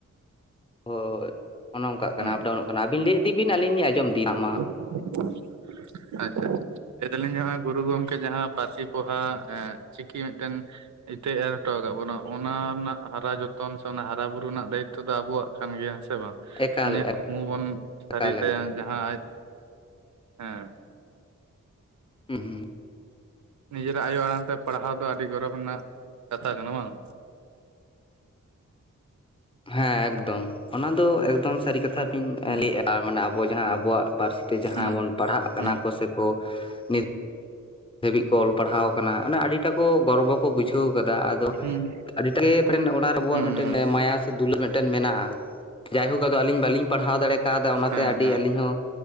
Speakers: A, on the left; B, on the right.
A: ᱦᱳᱭ ᱚᱱᱮ ᱚᱝᱠᱟᱜ ᱠᱟᱱᱟ
B: ᱦᱩᱸ
A: ᱟᱯᱰᱟᱣᱩᱱᱚᱜ ᱠᱟᱱᱟ ᱟᱹᱵᱤᱱ ᱞᱮ ᱤᱫᱤ ᱵᱤᱱ ᱟᱹᱞᱤᱧ ᱞᱤᱧ ᱟᱸᱡᱚᱢ ᱤᱫᱤ ᱦᱟᱸᱜ ᱢᱟ
B: ᱟᱪᱪᱷᱟ ᱟᱪᱪᱷᱟ ᱞᱮᱭ ᱫᱟᱞᱤᱧ ᱡᱮ ᱦᱚᱜᱼᱚᱭ ᱜᱩᱨᱩ ᱜᱚᱝᱠᱮ ᱡᱟᱦᱟᱸ ᱯᱟᱹᱨᱥᱤ ᱯᱚᱦᱟ ᱮᱸᱜ ᱪᱤᱠᱤ ᱢᱤᱜᱴᱮᱱ ᱤᱛᱟᱹᱭ ᱮᱨ ᱦᱚᱴᱚ ᱠᱟᱜ ᱵᱚᱱᱟ ᱚᱱᱟ ᱨᱮᱱᱟᱜ ᱦᱟᱨᱟ ᱡᱚᱛᱚᱱ ᱥᱮ ᱚᱱᱟ ᱦᱟᱨᱟ ᱵᱩᱨᱩ ᱱᱟᱜ ᱫᱟᱭᱤᱛ ᱱᱤᱛᱚᱜ ᱫᱚ ᱟᱵᱚᱣᱟᱜ ᱠᱟᱱ ᱜᱮᱭᱟ ᱦᱮᱸ ᱥᱮ ᱵᱟᱝ
A: ᱮᱠᱟᱞ
B: ᱩᱱᱤᱭᱟᱜ ᱠᱩᱠᱢᱩ ᱵᱚᱱ ᱥᱟᱹᱨᱤ
A: ᱮᱠᱟᱞ
B: ᱛᱟᱭᱟ
A: ᱮᱠᱫᱚᱢ
B: ᱡᱟᱦᱟᱸ ᱟᱡ ᱦᱮᱸ
A: ᱦᱩᱸ ᱦᱩᱸ
B: ᱱᱤᱡᱮᱨᱟᱜ ᱟᱭᱳ ᱟᱲᱟᱝ ᱛᱮ ᱯᱟᱲᱦᱟᱣ ᱫᱚ ᱟᱹᱰᱤ ᱜᱚᱨᱚᱵᱽ ᱨᱮᱱᱟᱜ ᱠᱟᱛᱷᱟ ᱠᱟᱱᱟ ᱵᱟᱝ
A: ᱦᱮᱸ ᱮᱠᱫᱚᱢ ᱚᱱᱟ ᱫᱚ ᱮᱠᱫᱚᱢ ᱥᱟᱹᱨᱤ ᱠᱟᱛᱷᱟ ᱠᱤᱱ
B: ᱦᱩᱸ
A: ᱞᱮᱭᱮᱜᱼᱟ ᱢᱟᱱᱮ ᱟᱵᱚ ᱡᱟᱦᱟᱸ ᱟᱵᱚᱣᱟᱜ ᱯᱟᱹᱨᱥᱤ ᱛᱮ ᱡᱟᱦᱟᱸ
B: ᱦᱩᱸ
A: ᱵᱚᱱ ᱯᱟᱲᱦᱟᱜ ᱠᱟᱱᱟ
B: ᱦᱩᱸ
A: ᱠᱚ ᱥᱮᱠᱚ ᱱᱤᱛ ᱫᱷᱟᱹᱵᱤᱡ ᱠᱚ ᱚᱞ ᱯᱟᱲᱦᱟᱣ ᱠᱟᱱᱟ ᱟᱱᱟ ᱟᱹᱰᱤ ᱴᱟᱠᱚ ᱜᱚᱨᱵᱚ ᱠᱚ ᱵᱩᱡᱷᱟᱹᱣ ᱠᱟᱫᱟ ᱟᱫᱚ
B: ᱦᱩᱸ
A: ᱟᱹᱰᱤᱴᱟᱜᱮ ᱯᱮᱱ ᱚᱱᱟ ᱨᱮ ᱟᱵᱚᱣᱟᱜ
B: ᱦᱩᱸ
A: ᱢᱤᱴᱮᱫᱴᱮᱱ ᱢᱟᱭᱟ ᱥᱮ ᱫᱩᱞᱟᱹᱲ ᱢᱮᱫᱴᱮᱱ ᱢᱮᱱᱟᱜᱼᱟ ᱡᱟᱭᱦᱳᱠ ᱟᱫᱚ ᱟᱞᱤᱧ ᱵᱟᱞᱤᱧ ᱯᱟᱲᱦᱟᱣ ᱫᱟᱲᱮ ᱠᱟᱣᱫᱟ ᱚᱱᱟᱛᱮ
B: ᱦᱮᱸ
A: ᱟᱹᱰᱤ
B: ᱦᱮᱸ
A: ᱟᱞᱤᱧ ᱦᱚᱸ